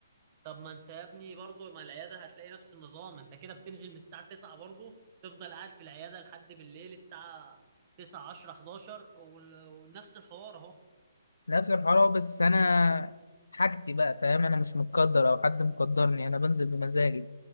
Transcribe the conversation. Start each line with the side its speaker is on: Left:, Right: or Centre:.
Right: طب ما انت يا ابني برضه ما العياده هتلاقي نفس النظام انت كده بتنزل من الساعه 9 برضه تفضل قاعد في العياده لحد بالليل الساعه 9 10 11 وال- ونفس الحوار اهو
Left: نفس الحوار أهو، بس انا حاجتي بقى فاهم انا مش متقدر او حد مقدرني انا بنزل بمزاجي